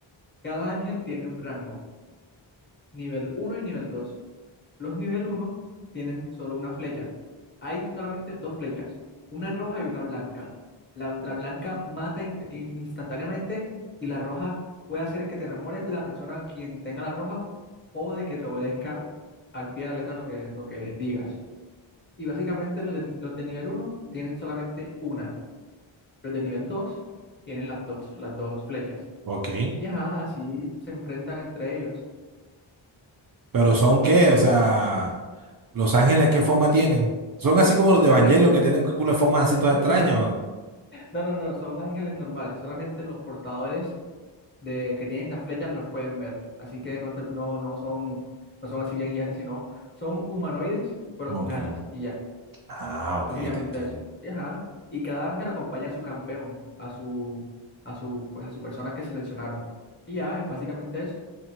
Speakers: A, on the left; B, on the right.
A: cada ángel tiene un rango, nivel uno y nivel dos Los nivel uno tienen solo una flecha. Hay solamente dos flechas, una roja y una blanca. La, la blanca mata in- in- instantáneamente y la roja puede hacer que te enamores de la persona quien tenga la roja o de que te obedezca al pie de la letra lo que, lo que digas. Y básicamente los de, los de nivel uno tienen solamente una. Los de nivel 2 tienen las dos, las dos flechas.
B: Ok.
A: Y ajá, así se enfrentan entre ellos.
B: ¿Pero son qué? O sea, ¿Los Ángeles qué forma tienen? ¿Son así como los
A: Los
B: de Evangelion
A: ángeles son...
B: que tienen culo de formas así todas
A: no,
B: extrañas?
A: No, no, no, no, son ángeles normales. Solamente los portadores de que tienen las flechas los pueden ver. Así que no, te- no, no son, no son así bien gigantes, sino son humanoides, pero
B: Ok.
A: con alas. Y ya,
B: Ah, ok,
A: básicamente
B: te entiendo.
A: eso. Y, ajá, y cada ángel acompaña a su campeón, a su, a su, pues a su persona que seleccionaron. Y ya, es básicamente eso.